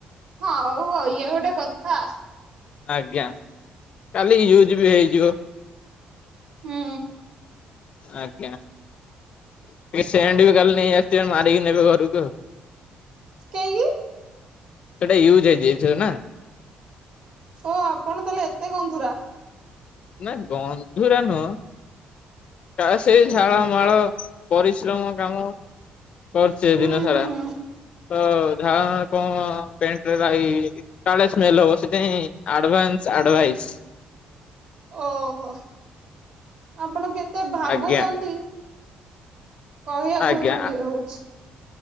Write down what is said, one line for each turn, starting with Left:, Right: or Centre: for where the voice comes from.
Right: ହୋଉ ଆଉ ଇଏ ଗୋଟେ କଥା।
Left: ଆଜ୍ଞା କାଲି ୟୁଜ ବି ହେଇଯିବ।
Right: ହୁଁ।
Left: ଆଜ୍ଞା। ଟିକେ ସେଣ୍ଟ ବି କାଲି ନେଇ ଆସିଥିବେ ମାରିକି ନେବେ ଘରକୁ ଆଉ।
Right: କାହିଁକି
Left: ସେଟା ୟୁଜ ହେଇଯାଇଥିବ ନା।
Right: ଓ ଆପଣ ତାହେଲେ ଏତେ ଗନ୍ଧୁରା।
Left: ନାଇ ଗନ୍ଧୁରା ନୁହଁ। ନା ସେଇ ଝାଳ ମାଳ ପରିଶ୍ରମ କାମ। କରଚି
Right: ହୁଁ
Left: ଦିନ ସାରା
Right: ହୁଁ
Left: ତ ଝାଳ ମା କଣ ପେଣ୍ଟରେ ଲାଗି କାଳେ ସ୍ମେଲ୍ ହବ ସେଥିାଇଁ ଆଡଭାନସ୍ ଆଡଭାଇସ୍। <unintelligible>
Right: ଓହୋ ଆପଣ କେତେ ଭାବୁଚନ୍ତି।
Left: ଆଜ୍ଞା
Right: କହିବାକୁ
Left: ଆଜ୍ଞା
Right: ଇଏ ହୋଉଚି।